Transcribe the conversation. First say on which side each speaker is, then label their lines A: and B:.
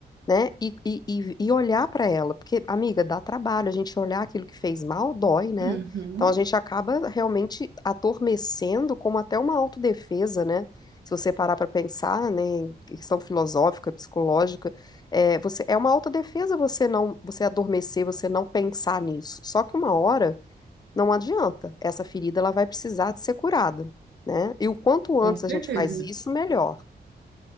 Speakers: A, on the left (about 25°); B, on the right (about 75°).
A: né? E, e, e e olhar para ela, porque, amiga, dá trabalho, a gente olhar aquilo que fez mal dói, né?
B: Uhum,
A: Então a gente acaba realmente adormecendo como até uma autodefesa, né? Se você parar para pensar, né, em questão filosófica, psicológica, é, você, é uma autodefesa você não, você adormecer, você não pensar nisso. Só que uma hora não adianta, essa ferida ela vai precisar de ser curada, né? E o quanto antes
B: com certeza,
A: a gente faz isso, melhor.